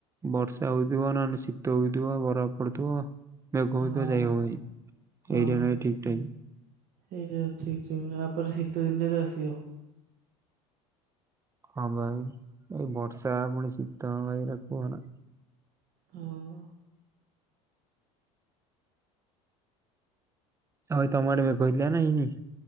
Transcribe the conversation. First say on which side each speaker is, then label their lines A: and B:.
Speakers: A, on the right; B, on the right.
A: ବର୍ଷା ହଉଥିବ ନହେଲେ ଶୀତ ହଉଥିବ ବରଫ ପଡୁଥିବ। ତ
B: ହଁ
A: ଯାଇ ହଉ ଭାଇଁ ଏଇଟା
B: ହଁ
A: ନ ଠିକ ଟାଇମ।
B: ଏଇଟା ଠିକ ଠିକ ଇଆ ପରେ ଶୀତ ଦିନ ଆସିବ।
A: ହଁ ଭାଇ ଏଇ ବର୍ଷା ପୁଣି ଶୀତ ଭାଇରା କୁହନା।
B: ହଁ।
A: ଆଉ ଭାଇ ତମ ଆଡ଼େ ମେଘ ହେଇଥିଲା ନା ହେଇନି?